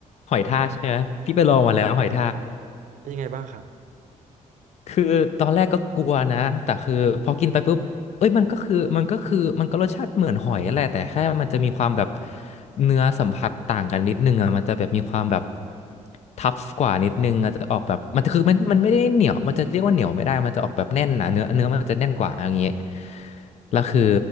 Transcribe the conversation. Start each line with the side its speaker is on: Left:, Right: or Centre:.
Left: หอยทากใช่ไหมพี่ไปลองมาแล้วหอยทาก
Right: เป็นยังไงบ้างครับผม
Left: คือตอนแรกก็กลัวนะ แต่คือพอกินไปปุ๊บเอ้ยมันก็คือมันก็คือมันก็รสชาติเหมือนหอยแหละแต่แค่มันจะมีความแบบเนื้อสัมผัสต่างกันนิดนึงอ่ะมันจะแบบมีความแบบทัฟกว่านิดนึงอาจจะออกแบบมันจะคือมันมันไม่ได้เหนียวมันจะเรียกว่าเหนียวไม่ได้มันจะออกแบบแน่นนะเนื้อเนื้อมันจะแน่นกว่าอย่างงี้แล้วคือ